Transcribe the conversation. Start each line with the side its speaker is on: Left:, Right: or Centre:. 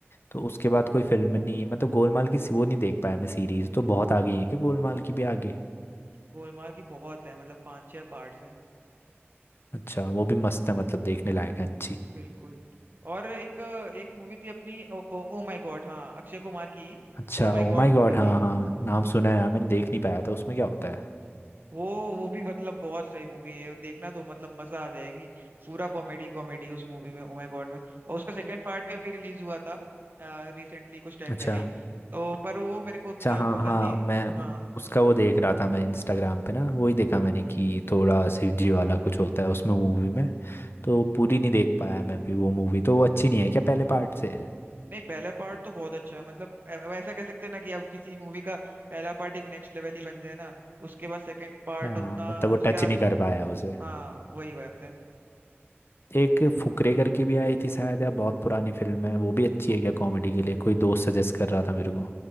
Left: तो उसके बाद कोई फिल्म नहीं मतलब गोलमाल की वो नहीं देख पाया मैं सीरीज तो बहुत आगे है क्या गोलमाल की भी आगे
Right: गोलमाल की बहुत है मतलब पांच छह पार्ट्स हैं
Left: अच्छा वो भी मस्त है मतलब देखने लायक है अच्छी
Right: बिल्कुल और एक एक मूवी थी अपनी ओ, ओ, ओ माय गॉड हाँ अक्षय कुमार की
Left: अच्छा
Right: ओ माय
Left: ओ
Right: गॉड
Left: माय
Right: मूवी
Left: गॉड
Right: थी
Left: हाँ हाँ नाम सुना है यार, मैंने देख नहीं पाया था उसमें क्या होता है
Right: वो वो भी मतलब बहुत सही मूवी है देखना तो मतलब मजा आ जाएगी पूरा कॉमेडी कॉमेडी उस मूवी में ओ माय गॉड में और उसका सेकंड पार्ट भी अभी रिलीज हुआ था रिसेंटली कुछ टाइम
Left: अच्छा
Right: पहले ही तो पर वो मेरे को उतना
Left: अच्छा हाँ
Right: पसंद
Left: हाँ
Right: नहीं है
Left: मैं
Right: हाँ
Left: उसका वो देख रहा था मैं इंस्टाग्राम पे ना वही देखा मैंने कि थोड़ा शिवजी वाला कुछ होता है उसमें मूवी में
Right: हम्म
Left: तो पूरी नहीं देख पाया मैं भी वो मूवी तो वो अच्छी नहीं है क्या पहले पार्ट से
Right: नहीं पहला पार्ट तो बहुत अच्छा है मतलब अ- अब ऐसा कह सकते हैं ना कि अब किसी मूवी का पहला पार्ट एक नेक्स्ट लेवल ही बन जाए ना उसके बाद सेकंड पार्ट
Left: हाँ
Right: उतना
Left: मतलब वो
Right: उसके
Left: टच नहीं कर पाया उसे
Right: हाँ वही बात है
Left: एक फुकरे करके भी आई थी शायद या बहुत पुरानी फिल्म है वो भी अच्छी
Right: वो-
Left: है क्या कॉमेडी के लिए कोई दोस्त सजेस्ट कर रहा था मेरे को